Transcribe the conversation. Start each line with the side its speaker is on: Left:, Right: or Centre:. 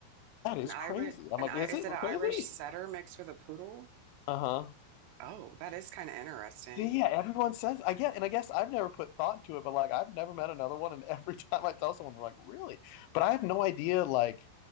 Left: That is
Right: An Irish
Left: crazy. I'm
Right: an
Left: like,
Right: I
Left: is
Right: is
Left: it
Right: it
Left: crazy?
Right: an Irish setter mixed with a poodle?
Left: Uh-huh.
Right: Oh, that is kind of interesting.
Left: See, yeah, everyone says I get, and I guess I've never put thought into it, but like I've never met another one, and every <laughs> time I tell someone, they're like, really? But I have no idea like